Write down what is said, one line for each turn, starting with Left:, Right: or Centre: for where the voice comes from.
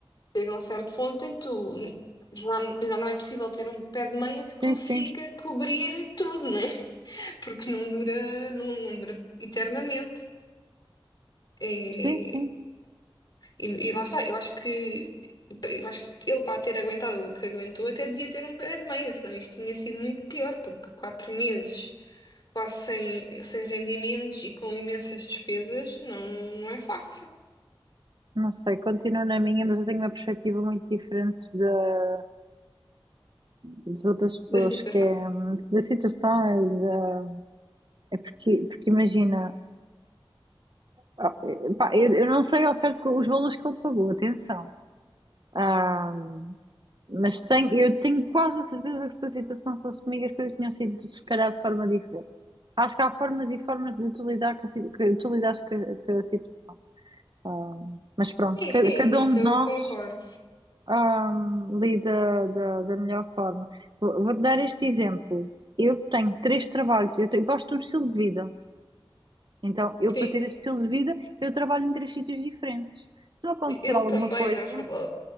Left: chega a um certo ponto em que tu já, já não é possível ter um pé de meia que consiga
Right: sim, sim,
Left: cobrir tudo, né? <laughs> Porque não dura, não, não dura eternamente. É,
Right: sim, sim,
Left: e, e lá está, eu acho que eu acho que ele para ter aguentado o que aguentou até devia ter um pé de meia, senão isto tinha sido muito pior, porque quatro meses quase sem, sem rendimentos e com imensas despesas não, não é fácil
Right: não sei, continuo na minha, mas eu tenho uma perspectiva muito diferente da, das outras pessoas,
Left: da situação.
Right: que é hum, da situação, é, da- é porque, porque imagina, ah, eh, pá, eu, eu não sei ao certo co- os valores que ele pagou, atenção. Ah, Mas tenho, eu tenho quase a certeza que se a situação fosse comigo, as coisas tinham sido, se calhar, de forma diferente. Acho que há formas e formas de tu lidar com a, si- que tu lidares com a, com a situação. Ah, mas pronto,
Left: Sim,
Right: ca-
Left: sim,
Right: cada
Left: isso
Right: um de
Left: eu
Right: nós,
Left: concordo.
Right: ah, lida da, da melhor forma. Vou- Vou-te dar este exemplo. Eu tenho três trabalhos, eu tenho- gosto de um estilo de vida. Então, eu
Left: Sim,
Right: para ter esse estilo de vida, eu trabalho em três sítios diferentes. Se me acontecer
Left: eu
Right: alguma
Left: também,
Right: coisa,
Left: na verdade.